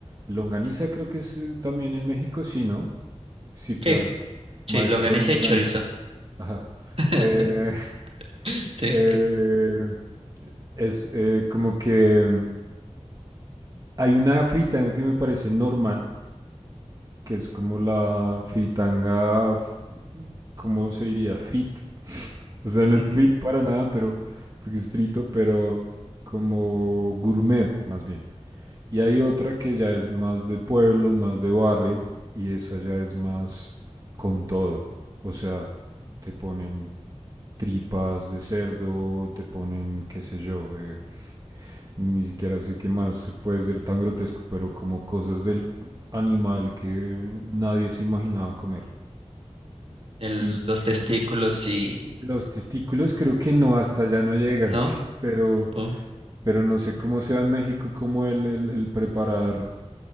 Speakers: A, on the right; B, on the right.
A: Longaniza creo que es eh, también en México, sí, ¿no? Sí, claro.
B: Sí,
A: Maestro
B: sí, longaniza
A: Longaniza.
B: y chorizo.
A: Ajá.
B: <laughs>
A: Eh,
B: Sí.
A: <laughs> eh, es eh, como que mm, hay una fritanga que me parece normal, que es como la fritanga, f- ¿cómo se diría? Fit. O sea, no
B: Ujú.
A: es fit para nada, pero porque es frito, pero como gourmet, más bien. Y hay otra que ya es más de pueblo, más de barrio, y esa ya es más con todo. O sea, te ponen tripas de cerdo, te ponen, qué sé yo, eh, ni siquiera sé qué más puede ser tan grotesco, pero como cosas del animal que nadie se imaginaba comer.
B: El-
A: Y
B: los testículos
A: eh,
B: y...
A: los testículos creo que no, hasta allá no llegan,
B: ¿No?
A: <laughs> pero,
B: Oh,
A: pero no sé cómo sea en México como el, el, el preparar